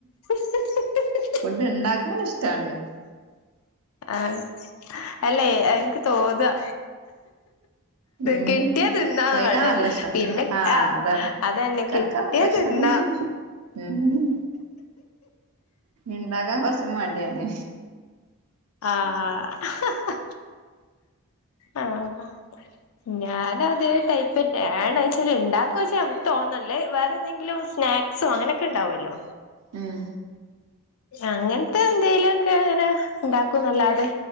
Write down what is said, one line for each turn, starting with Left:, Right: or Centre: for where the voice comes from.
Left: <unintelligible>
Right: ഫുഡ് ഇണ്ടാക്കാൻ ഇഷ്ടാണ്
Left: ആഹ് അല്ലേ എനിക്ക് തോന്നാ
Right: ഉം
Left: കിട്ടിയ തിന്നാതാണ്
Right: കഴിക്കാൻ നല്ല ഇഷ്ടാണ്
Left: പിന്നെ
Right: ആഹ്
Left: ആ
Right: അതാണ്
Left: അതന്നെ
Right: കഴിക്കാൻ
Left: കി കിട്ടിയാ
Right: നല്ല ഇഷ്ടാണ്
Left: തിന്നാ
Right: ഉം ഇണ്ടാക്കാൻ കുറച്ച് മടിയാണ്
Left: ആഹ് ആഹ് ഞാന് അത് ടൈപ്പറ്റാണ് വച്ചാല് ഉണ്ടാക്കുവ വെച്ചാൽ നമുക്ക് തോന്നല്ലേ വേറെ എന്തെങ്കിലും സ്നാക് സോ അങ്ങനെയൊക്കെ ഉണ്ടാവുല്ലോ
Right: ഉം
Left: അങ്ങനത്തെ എന്തെലുമൊക്കെ ബങ്ങനെ ഉണ്ടാക്കും എനല്ലാതെ